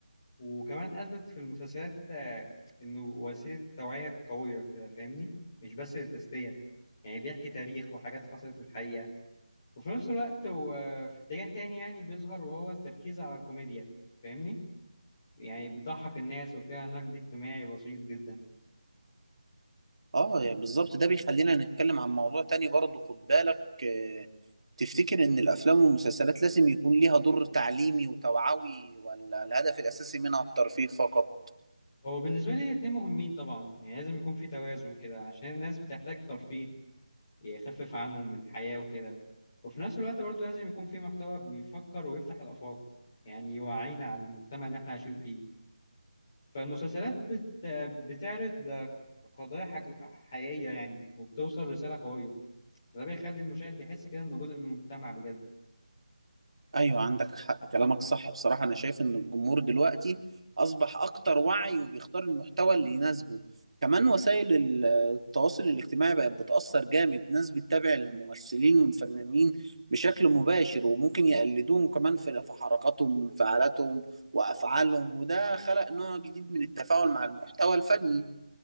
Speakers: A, on the left (about 25°); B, on the right (about 60°).
A: وكمان أثبت في المسلسلات آه، إنه وسيلة توعية قوية كده فاهمني مش بس للتسلية يعني بيحكي تاريخ وحاجات حصلت في الحقيقة وفي نفس الوقت هو في اتجاه تاني يعني بيظهر وهو التركيز على الكوميديا فاهمني يعني بتضحك الناس وفيها نقد اجتماعي بسيط جدا
B: اه يعني بالظبط ده بيخلينا نتكلم عن موضوع تاني برضه خد بالك آه، تفتكر ان الافلام والمسلسلات لازم يكون ليها دور تعليمي وتوعوي ولا الهدف الاساسي منها الترفيه فقط
A: هو بالنسبة لي الاتنين مهمين طبعا يعني لازم يكون في توازن كده عشان الناس بتحتاج ترفيه يخفف عنهم من الحياة وكده وفي نفس الوقت برضو لازم يكون في محتوى بيفكر ويفتح الآفاق يعني يوعينا على المجتمع اللي احنا عايشين فيه فالمسلسلات بت... بتعرض قضايا حك... حقيقية يعني وبتوصل رسالة قوية وده بيخلي المشاهد يحس كده إنه جزء من المجتمع بجد
B: ايوه عندك حق كلامك صح بصراحة انا شايف ان الجمهور دلوقتي اصبح اكتر وعي وبيختار المحتوى اللي يناسبه كمان وسائل ال- التواصل الاجتماعي بقت بتأثر جامد ناس بتتابع الممثلين والفنانين بشكل مباشر وممكن يقلدوهم كمان في في حركاتهم وانفعالاتهم وافعالهم وده خلق نوع جديد من التفاعل مع المحتوى الفني